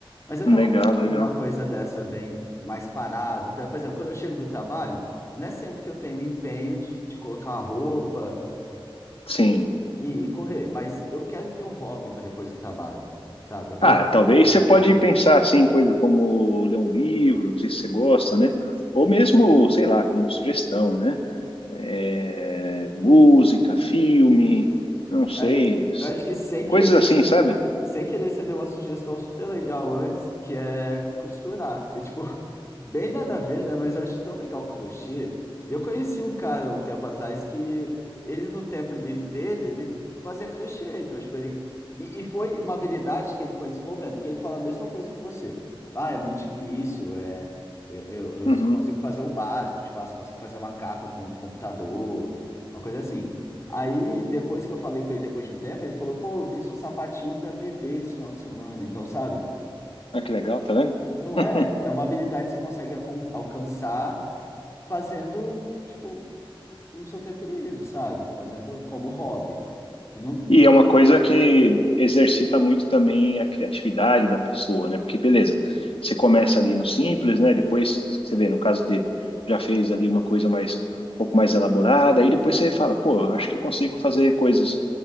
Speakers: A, on the left; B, on the left.
A: Mas eu
B: Legal,
A: tava buscando
B: legal.
A: uma coisa dessa bem mais parada. Pra- Por exemplo, quando eu chego do trabalho, não é sempre que eu tenho empenho de, de colocar a roupa
B: Sim.
A: e correr, mas eu quero ter um hobby para depois do trabalho, sabe? Eu quero
B: Ah,
A: ter alguma
B: talvez
A: coisa mais
B: você pode
A: fácil.
B: pensar assim em coisas como ler um livro, não sei se você gosta, né? Ou mesmo, sei lá, como sugestão, né? É, música, filme, não sei,
A: Cara, Eu acho que sem querer
B: coisas assim,
A: você me
B: sabe?
A: deu, sem querer você deu uma sugestão super legal antes, que é costurar. Eu, tipo, Bem nada a ver, né? Mas eu acho tão legal o crochê. E eu conheci um cara um tempo atrás que ele, no tempo livre dele, ele fazia crochê. Então, tipo, ele. E, e foi uma habilidade que ele foi desenvolvendo, porque ele fala a mesma coisa que você. Ah, é muito difícil, é. Eu, eu, eu
B: Uhum.
A: só consigo fazer o básico, tipo, ah, só consigo fazer uma capa para um computador, uma coisa assim. Aí, depois que eu falei com ele depois de um tempo, ele falou, pô, eu fiz um sapatinho para bebê esse final de semana. Então, sabe?
B: Ah, que legal, tá vendo?
A: Não
B: <laughs>
A: é? É uma habilidade que você consegue acon- alcançar fazendo, tipo, no seu tempo livre, sabe? Fazendo como hobby. E não,
B: E é uma coisa que exercita muito também a criatividade da pessoa, né? Porque, beleza, você começa ali no simples, né? Depois, você vê, no caso dele, já fez ali uma coisa mais, um pouco mais elaborada, aí depois você fala, pô, eu acho que eu consigo fazer coisas